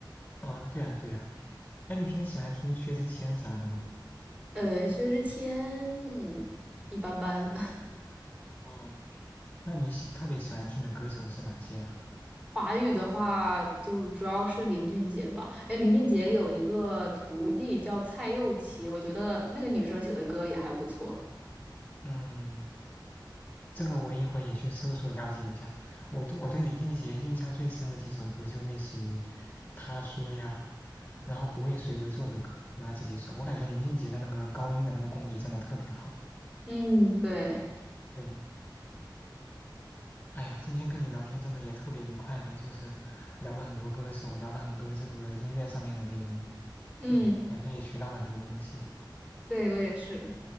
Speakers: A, on the left; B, on the right.
A: 嗯、对啊，对啊。哎，你平时喜欢听薛之谦啥的吗？
B: <laughs> 呃，薛之谦嗯一般般。<laughs>
A: 哦，那你喜特别喜欢听的歌手是哪些呀、
B: 华语的话，就主要是林俊杰吧。哎，林俊杰有一个徒弟叫蔡佑琪，我觉得那个女生写的歌也还不错。
A: 嗯。这个我一会也去搜索了解一下。我对我对林俊杰印象最深的几首歌，就类似于《他说》呀，然后《不为谁而作的歌》啊这几首。我感觉林俊杰的那个高音的那个功底真的特别好。
B: 嗯，对，
A: 对，哎呀，今天跟你聊天真的也特别愉快呢，就是聊了很多歌手，聊了很多这个音乐上面的内容。
B: 嗯，
A: 嗯，感觉也学到了很多东西。
B: 对，我也是。